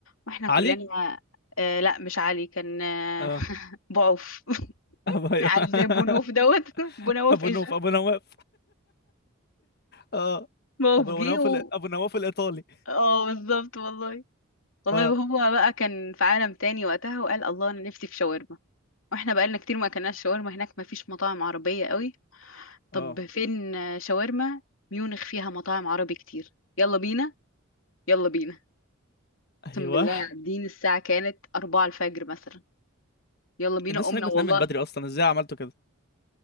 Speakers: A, on the left; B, on the left.
A: واحنا كلنا
B: علي
A: آه لا مش علي كان آه
B: اه
A: <laughs> بعوف <laughs>
B: ابو <laughs>
A: عارف
B: أيوة.
A: زي بونوف دوت <laughs> بونوف
B: ابو
A: ايش
B: نوف ابو نواف اه
A: بعوف
B: ابو
A: جه
B: نواف
A: و...
B: ال- ابو نواف الايطالي
A: اه بالظبط والله والله
B: اه
A: وهو بقى كان في عالم تاني وقتها وقال الله انا نفسي في شاورما واحنا بقالنا كتير ما اكلناش شاورما هناك ما فيش مطاعم عربية قوي طب
B: اه
A: فين آه، شاورما ميونخ فيها مطاعم عربي كتير يلا بينا يلا بينا
B: ايوه
A: اقسم بالله قاعدين الساعة كانت أربعة الفجر مثلا يلا بينا
B: الناس
A: قمنا
B: هناك بتنام
A: والله
B: من بدري اصلا ازاي عملتوا كده